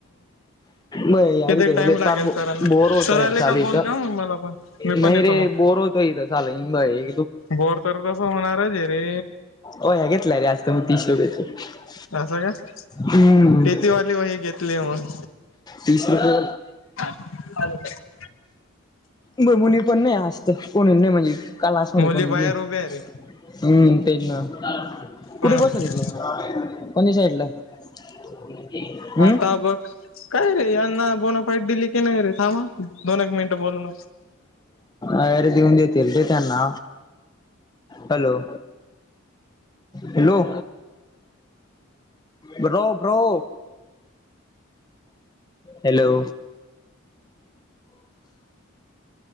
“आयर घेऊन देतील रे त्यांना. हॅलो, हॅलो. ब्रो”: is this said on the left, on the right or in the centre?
Left